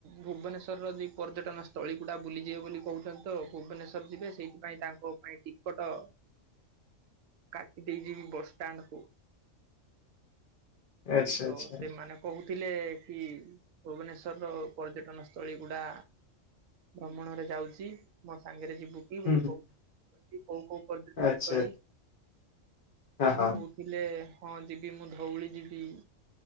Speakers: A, on the right; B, on the left.
A: ଭୁବନେଶ୍ୱରର ଯେ ପର୍ଯ୍ୟଟନ ସ୍ଥଳୀ ଗୁଡା ବୁଲିଯିବେ ବୋଲି କହୁଛନ୍ତି ତ ଭୁବନେଶ୍ଵର ଯିବେ ସେଇଠି ପାଇଁ ତାଙ୍କ ପାଇଁ ଟିକଟ
B: <inaudible>
A: କାଟି ଦେଇ ଯିବି ବସଷ୍ଟାଣ୍ଡକୁ
B: ଆଚ୍ଛା
A: ତ
B: ଆଚ୍ଛା
A: ସେମାନେ କହୁଥିଲେ କି ଭୁବନେଶ୍ଵରର ପର୍ଯ୍ୟଟନ ସ୍ଥଳୀ ଗୁଡା ଭ୍ରମଣରେ ଯାଉଛି ମୋ ସାଙ୍ଗରେ ଯିବୁ କି
B: ହୁଁ
A: ବୋଲି
B: ହୁଁ,
A: କହୁଛି। କୋଉ କୋଉ ପର୍ଯ୍ୟଟନ
B: ଆଚ୍ଛା
A: ସ୍ଥଳୀ ସେ
B: ଆଚ୍ଛା ହଁ
A: କହୁଥିଲେ? ହଁ ଯିବି ମୁଁ ଧଉଳି ଯିବି।